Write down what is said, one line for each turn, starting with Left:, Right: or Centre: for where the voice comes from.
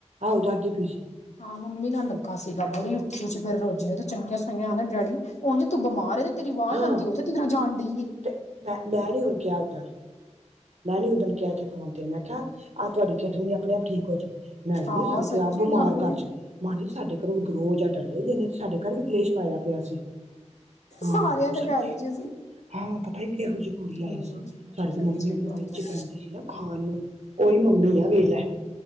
Right: ਆਹੋ ਦਾਦੀ ਬੀਜੀ
Left: ਹਾਂ, ਮੰਮੀ ਨਾਲ ਲੱਗਾ ਸੀਗਾ। ਬੜੀ ਉੱਚੀ। ਉਰ ਫੇਰ ਰੋਜ਼ੀ ਨੇ ਤਾਂ ਚੰਗੀਆਂ ਸੁਣਈਆਂ। ਆਹਦਾ ਡੈਡੀ। ਉੰਝ ਤੂੰ ਬਿਮਾਰ ਏ, ਤੇ ਤੇਰੀ ਆਵਾਜ਼
Right: ਹਾਂ
Left: ਆਂਦੀ ਉਥੇ ਤੀਕਰ ਜਾਣ ਡਈਏ।
Right: ਤੇ ਮੈਂ ਮੈਂ ਨੀ ਹੁਣ ਕਿਹਾ ਓਦਣ ਮੈਂ ਨਹੀਂ ਓਦਣ ਕਿਹਾ ਕੇ ਫੋਨ ਤੇ ਮੈਂ ਕਿਹਾ, ਆਹ ਤੁਹਾਡੀ ਕਿਡਨੀ ਆਪਣੇ ਆਪ ਠੀਕ ਹੋ ਜਾਣੀ। ਮੈਂ ਕਹਿਨੀ
Left: ਹਾਂ
Right: ਸਾਨੂੰ
Left: ਸੱਚੀ
Right: ਕੇ ਆਪ ਬਿਮਾਰ
Left: ਗੱਲ
Right: ਕਰ
Left: ਏ
Right: ਛੱਡਿਆ। ਮਾਣੀ ਸਾਡੇ ਘਰੋਂ ਗ੍ਰਹਿ ਜਿਹਾ ਟਲ ਗਿਆ ਇ ਇਹਨੇ ਸਾਡੇ ਘਰ ਵੀ ਕਲੇਸ਼ ਪਾਇਆ ਪਿਆ ਸੀ। ਹਾਂ
Left: ਸਾਰਿਆਂ ਦੇ
Right: ਸੱਚੀ
Left: ਘਰ ਹੀ' ਚ ਸੀ।
Right: ਹਾਂ, ਪਤਾ ਕਿਹੋ ਜਿਹੀ ਕੁੜੀ
Left: ਹੂੰ
Right: ਆਈ ਸੀ। ਸਾਡੇ
Left: ਸੱਚੀ
Right: ਤੋਂ ਮੰਮੀ ਮੈਨੂੰ।
Left: ਗੱਲ
Right: ਜੋ
Left: ਏ।
Right: ਪੈਂਦੀ ਸੀ ਨਾ ਖਾਣ ਨੂੰ, ਓਹੀ ਮੰਮੀ ਆ ਵੇਖ ਲੈ।